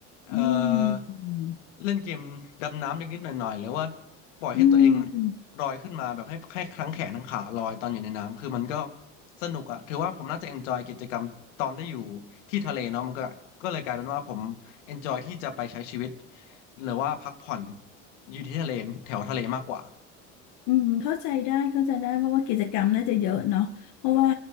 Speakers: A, on the left (about 85°); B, on the left (about 70°).
A: เอ่อ
B: อืมอืม
A: เล่นเกมดำน้ำนิดๆหน่อยๆหรือว่าปล่อยให้ตัวเอง
B: อ
A: ลอยขึ้นมาแบบให้แค่ทั้งแขนทั้งขาลอยตอนอยู่ในน้ำคือมันก็สนุกอะถือว่าผมน่าจะเอนจอยกิจกรรมตอนได้อยู่ที่ทะเลเนาะมันก็ก็เลยกลายเป็นว่าผมเอนจอยที่จะไปใช้ชีวิตหรือว่าพักผ่อนอยู่ที่ทะเลแถวทะเลมากกว่า
B: ืมเข้าใจได้เข้าใจได้ เพราะว่ากิจกรรมน่าจะเยอะเนาะเพราะว่า